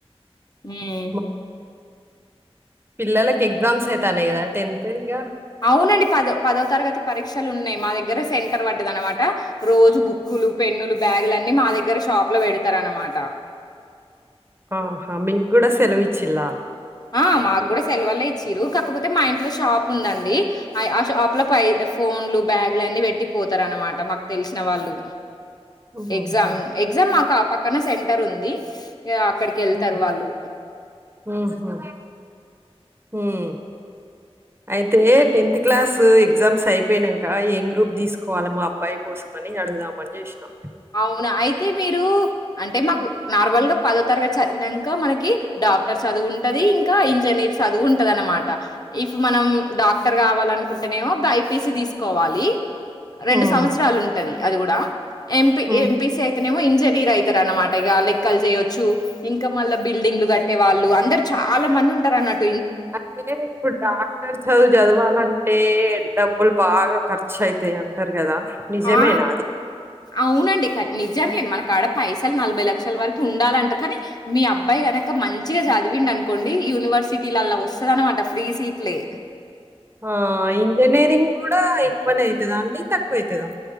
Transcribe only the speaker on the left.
మ్మ్
అవునండి పదొ పదొ తరగతి పరీక్షలున్నయ్ మా దగ్గర సెంటర్ పడ్డదనమాట రోజు బుక్ కులు పెన్నులు బ్యాగుల అన్నీ మా దగ్గర షాప్ లో పెడతరనమాట
ఆ మాగూడ సెలవల్లే ఇచ్చిరు. కాకపోతే మా ఇంట్లో షాప్ ఉందండి. అయ్ ఆ షాప్ లో పై ఫ్ ఫోన్లు బ్యాగులు అన్నీ పెట్టి పోతారనమాట మాకు తెలిశిన వాళ్ళు
ఎగ్జామ్ ఎగ్జామ్ మాకు ఆ పక్కన సెంటరుంది ఈ అక్కడికి వెళ్తారు
వాళ్ళు
అవునా అయితే మీరు అంటే మాకు నార్మల్గా పదో తరగతి చదివినంక మనకి డాక్టర్ చదువుంటది. ఇంకా ఇంజనీ చదువు ఉంటద్ అనమాట ఇఫ్ మనం డాక్టర్ కావాలనుకుంటేనేమో బైపిసి తీసుకోవాలి. రెండు
సంవత్సరాలు ఉంటది అది కూడా ఎంపీ
ఎం పి సి అయితేనేమో ఇన్ జానీర్ అయితారు. అనమాట ఇగ లెక్కలు చేయొచ్చు. ఇంకా మళ్ళ బిల్డింగ్లు కట్టే వాళ్ళు అందరు చాలా మ ఉంటారు అనట్
ఆ
అవునండి నిజమే మనకడా పైసలు నలభై లక్షల వరకు ఉండాలంట కానీ, మీ అబ్బాయి కనకా మంచిగా చదివిండి అనుకోండి యూనివ వర్సిటీలలా వస్తది అనమాట ఫ్రీ సీట్లే